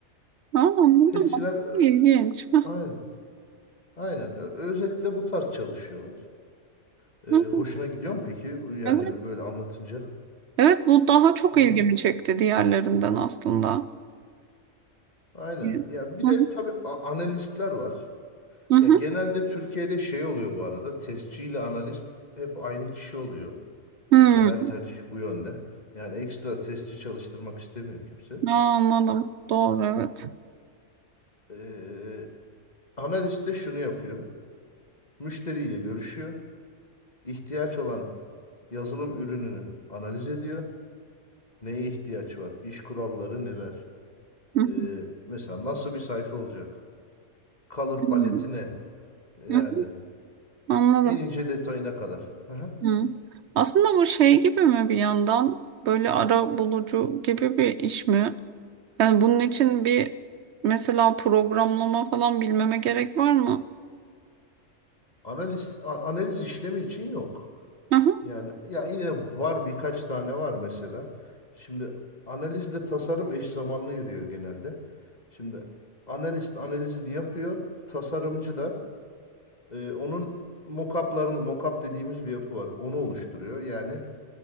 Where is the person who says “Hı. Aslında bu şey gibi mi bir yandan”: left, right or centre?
Right